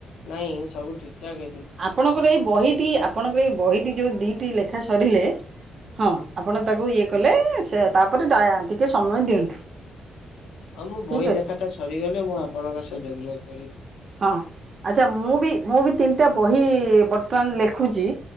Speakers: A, on the left; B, on the right.
A: ନାହିଁ ସବୁ ଠିକଠାକ।
B: ଆପଣଙ୍କର ଏଇ ବହିଟି ଆପଣଙ୍କର ଏଇ ବହିଟି ଯୋଉ ଦିଟି ଲେଖା ସରିଲେ। ହଁ ଆପଣ ତାକୁ ଇଏ କଲେ ସେ ତାପରେ ଟିକେ ସମୟ ଦିଅନ୍ତୁ।
A: ହଁ ମୁଁ ବହି
B: ଠିକ୍
A: ଲେଖା
B: ଅଛି
A: ଟା ସରିଗଲେ ମୁଁ ଆପଣଙ୍କ ସହ ଯୋଗଯୋଗ
B: ହଁ ଆଛା ମୁଁ ବି ମୁଁ ବି ତିନିଟା ବହି ବର୍ତ୍ତମାନ ଲେଖ ଲେଖୁଛି।